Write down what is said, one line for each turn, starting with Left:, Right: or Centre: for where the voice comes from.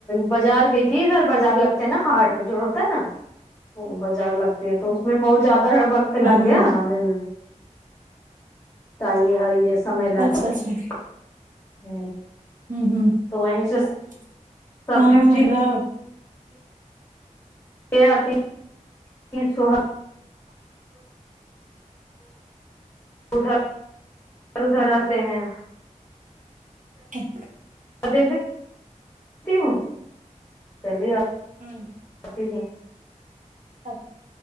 Left: بازار گئی تھی ادھر بازار لگتے ہیں نا ہاٹ جو ہوتا ہے نا وہ بازار لگتے ہے تو میں بہت زیاد وقت لگ
Right: ہاں
Left: گ
Right: ہاں
Left: میں تو اور یہ سمے لگ
Right: اچھا
Left: گا
Right: اچھا ہوں ہوں
Left: تو وہیں سے
Right: <inaudible>
Left: سبزی وبزی
Right: ہاں
Left: کیا آتی سو ادھر ادھر ادھر رہتے ہیں
Right: چک
Left: د د ہوں چلیے آپ
Right: ہوں
Left: ای ہے
Right: اچ